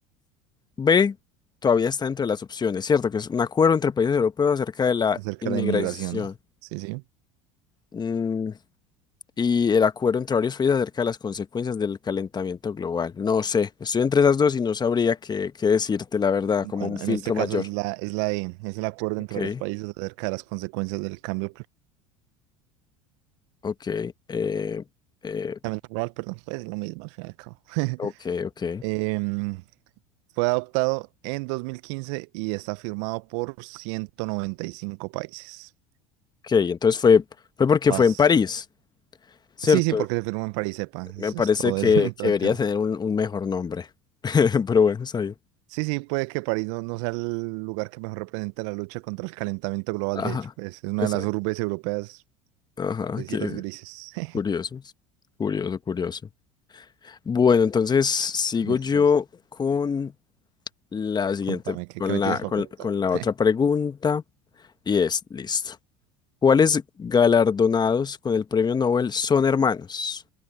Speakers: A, on the left (about 25°); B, on the right (about 65°).
A: B todavía está dentro de las opciones, ¿cierto? Que es un acuerdo entre países europeos acerca de la
B: acerca
A: inmigración.
B: de inmigración. Sí, sí.
A: Mm, y el acuerdo entre varios países acerca de las consecuencias del calentamiento global. No sé, estoy entre esas dos y no sabría qué, qué decirte, la verdad,
B: Bueno,
A: como un filtro
B: en este caso
A: mayor.
B: es la, es la E, es el acuerdo
A: Ok.
B: entre los países acerca de las consecuencias del cambio climático
A: Ok, eh, eh,
B: global, perdón, pues es lo mismo al fin y al cabo. <laughs>
A: ok, ok.
B: Em, fue adoptado en 2015 y está firmado por 195 países.
A: Ok, entonces fue, fue porque
B: Paz.
A: fue en París, ¿cierto?
B: Sí, sí, porque se firmó en París, sepa,
A: Me
B: eso
A: parece
B: es todo
A: que,
B: el,
A: que
B: <laughs> todo
A: debería
B: el tema.
A: tener un, un mejor nombre. <laughs> Pero bueno, está bien.
B: Sí, sí, puede que París no, no sea el lugar que mejor represente la lucha contra el calentamiento global,
A: Ajá,
B: de hecho, pues es una
A: exacto.
B: de las urbes europeas
A: Ajá,
B: de cielos
A: qué
B: grises. <laughs>
A: curioso. Curioso, curioso. Bueno, entonces sigo
B: Listo,
A: yo
B: pues,
A: con la siguiente,
B: contame, ¿qué,
A: con
B: qué me
A: la,
B: tienes para
A: con,
B: preguntar?
A: con la otra
B: <laughs>
A: pregunta. Y es, listo. ¿Cuáles galardonados con el premio Nobel son hermanos?